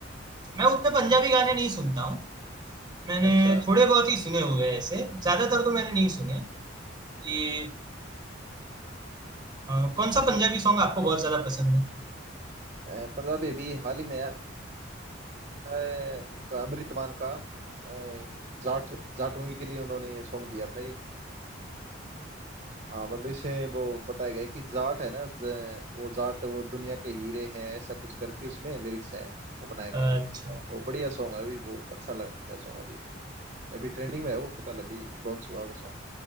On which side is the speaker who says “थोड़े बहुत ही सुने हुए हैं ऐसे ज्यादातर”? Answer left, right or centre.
Right